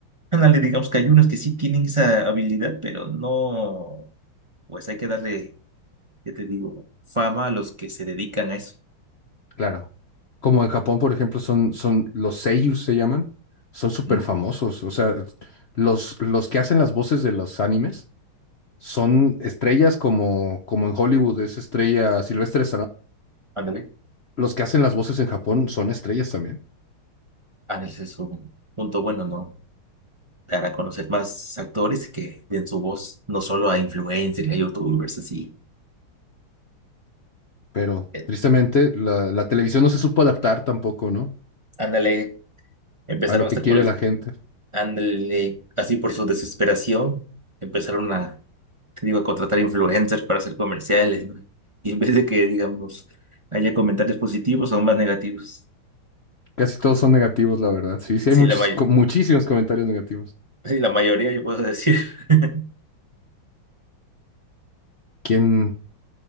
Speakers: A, on the right (about 25°); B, on the left (about 80°).
A: Ándale, digamos que hay unos que sí tienen esa habilidad, pero no, pues hay que darle, ¿qué te digo? Fama a los que se dedican a eso.
B: Claro. Como en Japón, por ejemplo, son, son los seiyus, se llaman. Son súper
A: ¿Mm?
B: famosos. O sea, los, los que hacen las voces de los animes son estrellas como, como en Hollywood es estrella Silvestre
A: Ándale.
B: los que hacen las voces en Japón son estrellas también,
A: Ándale, ese es un punto bueno, ¿no? Dar a conocer más actores que den su voz, no solo a influencers, a youtubers, así.
B: pero
A: Eh,
B: tristemente la, la televisión no se supo adaptar tampoco, ¿no?
A: Ándale, empezaron
B: A lo
A: a
B: que
A: estar
B: quiere
A: cool.
B: la gente.
A: Ándale, así por su desesperación, empezaron a, te digo, a contratar influencers para hacer comerciales, ¿no? Y en vez de que, digamos, haya comentarios positivos, son más negativos.
B: Casi todos son negativos, la verdad. Sí, sí,
A: Sí,
B: hay muchos,
A: la may-
B: co- muchísimos comentarios negativos.
A: sí, la mayoría yo puedo decir. <laughs>
B: Quien